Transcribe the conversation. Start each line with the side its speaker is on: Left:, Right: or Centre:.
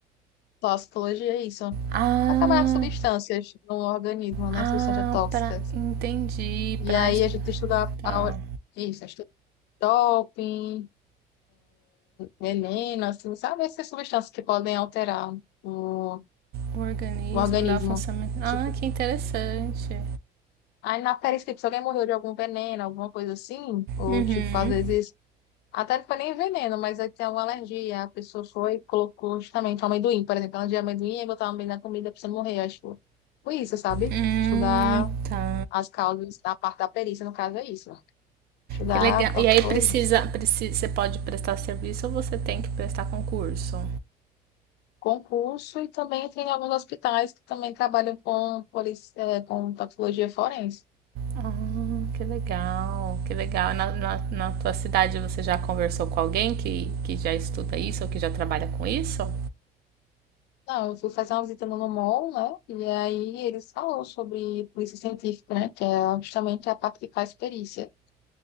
Left: toxicologia é isso.
Right: Ah,
Left: a trabalhar com substâncias no organismo, né?
Right: ah,
Left: Substâncias tóxicas.
Right: pra, entendi. Pra,
Left: E aí
Right: es-
Left: a gente estuda
Right: tá.
Left: a- isso, estuda doping, veneno, assim, sabe? Essas substâncias que podem alterar o,
Right: o organismo,
Left: o organismo.
Right: dá o funcionamento. Ah,
Left: Tipo,
Right: que interessante.
Left: aí na perícia, tipo, se alguém morreu de algum veneno, alguma coisa assim, ou
Right: Uhum.
Left: tipo, às vezes, até não foi nem veneno, mas aí tem alguma alergia, a pessoa foi e colocou justamente um amendoim, por exemplo, ela de amendoim e botar amendoim na comida pra você morrer, acho. Foi isso, sabe?
Right: Hum,
Left: Estudar
Right: tá.
Left: as causas da parte da perícia, no caso é isso. né? Estudar
Right: Que legal.
Left: toxicologista.
Right: E aí precisa, precisa, você pode prestar serviço ou você tem que prestar concurso?
Left: Concurso e também entrei em alguns hospitais que também trabalham com, polici- eh, com toxicologia forense.
Right: Ah, que legal, que legal. Na, na, na tua cidade você já conversou com alguém que, que já estuda isso ou que já trabalha com isso?
Left: Não, eu fui fazer uma visita no NUMOL, né? E aí eles falaram sobre polícia científica, né? Que é justamente a parte que faz perícia.